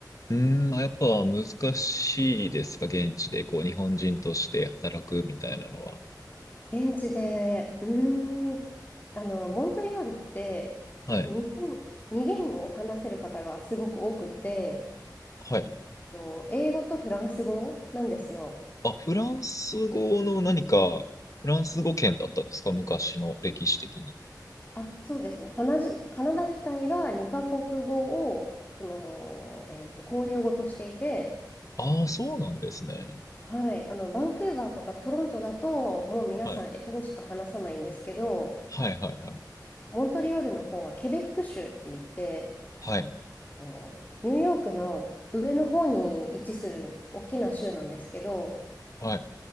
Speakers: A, on the left; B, on the left.
A: うん。うーん、やっぱ難しいですか、現地で、こう、日本人として働くみたいなのは。
B: 現地で、うーん、あの、モントリオールって、ふ日本、
A: はい。
B: 二言語を話せる方がすごく多くて、
A: はい。
B: と英語とフランス語なんですよ。
A: あ、フランス語の何か、フランス語圏だったんですか、昔の歴史的に。
B: あ、そうですね。カナジ、カナダ自体が二カ国語を、その、えっと、公用語としていて、
A: ああ、そうなんですね。
B: はい、あの、バンクーバーとかトロントだと、もう皆さん英語しか話さないんですけど、
A: はい。はいはいはい。
B: モントリオールの方はケベック州って言って、
A: はい。
B: こうニューヨークの上の方に位置する大きな州なんですけど、
A: はい。